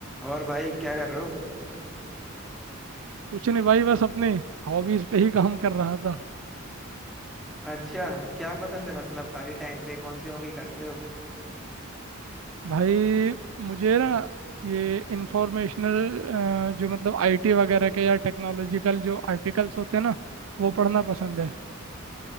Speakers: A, in the centre; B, on the right.
A: और भाई क्या कर रहे हो
B: कुछ नहीं भाई बस अपने हॉबीज पे ही काम कर रहा था
A: अच्छा क्या पसंद है मतलब खाली टाइम पे कौन सी हॉबी करते हो
B: भाई मुझे ना ये इंफॉर्मेशनल जो मतलब आईटी वगैरह के या टेक्नोलॉजिकल जो आर्टिकल्स होते हैं ना वो पढ़ना पसंद है